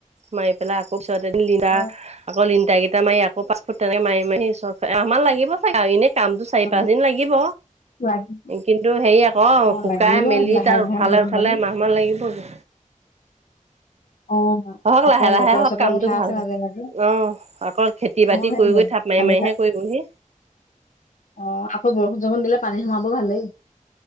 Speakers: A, on the right; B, on the left.
A: মাৰি পেলাই আকৌ পিছত এদিন লীনটাৰ
B: অ
A: আকৌ লীনটাৰ কেইটা ইটা মাৰি আকৌ পচফুট তেনেকে মাৰি, মাৰি চ এমাহ মান লাগিব চাগে আৰু এনেই কামতটো চাৰি
B: অ
A: পাঁচ দিন লাগিব।
B: লাগি
A: কিন্তু হেৰি আকৌ
B: অ
A: শুকাই
B: লাগিব
A: মেলি
B: লাহে
A: তাত
B: লাহে
A: উঠালে,
B: গৈ,
A: উঠালে এমাহ মান লাগিবগে।
B: অ',
A: হওক
B: আকৌ
A: লাহে লাহে
B: বতৰ
A: হওক
B: চতৰৰ
A: কামটো
B: কথা আছে
A: ভাল হওক।
B: মাজে, মাজে,
A: অ', আকৌ খেতি বাতি
B: অ, সেইটোৱেই
A: কৰি কৰি থাপ মাৰি
B: পানী
A: মাৰিহে
B: চা
A: কৰিবহি
B: অ, আকৌ বৰষুণ-চৰষুণ দিলে পানী সোমাব ভালেই।